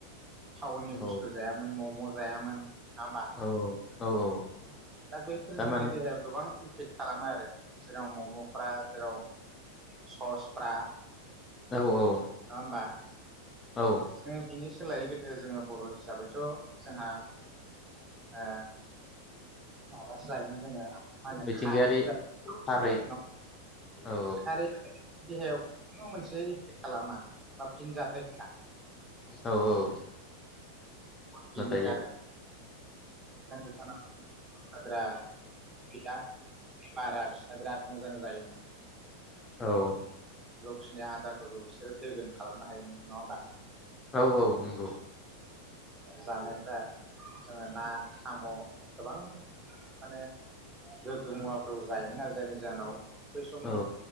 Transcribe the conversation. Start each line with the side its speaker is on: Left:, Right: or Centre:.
Right: थावनि
Left: औ
Right: बस्थु जायामोन मम' जायामोन नङा होमबा
Left: औ औ औ औ
Right: दा बैफोर
Left: थारमाने
Right: जोंनि देहायाव गोबां फेक खालामो आरो जेराव मम'फ्रा जेराव ससफ्रा नङा
Left: औ औ
Right: हमबा
Left: औ
Right: जोङो बिनि सोलायै गोदो जोङो बर' हिसाबैथ' जोंहा अ माबासो जायोमोन जोङो मा होनो
Left: मिथिंगायारि
Right: खारैसो जायसो
Left: थारै
Right: लाइ
Left: औ
Right: खारै देहायाव खुनु मोनसे खालामा बा फिन जाथायफ्रा
Left: औ औ
Right: बिनिगार
Left: नाथाय
Right: दा नोंसानाव बिराद गैया बारा बिसना बिराद मोजां जायोमोन
Left: औ
Right: खिनाय आदारफोरखौ बिसोरो दोगोन खालामनो हायोमोन नङा होमबा
Left: औ औ नंगौ
Right: जानायफ्रा जोङो ना साम' गोबां माने गोग्गो मुवाफोरबो जायोमोन आरो जायनि जाहोनाव बै समनि
Left: औ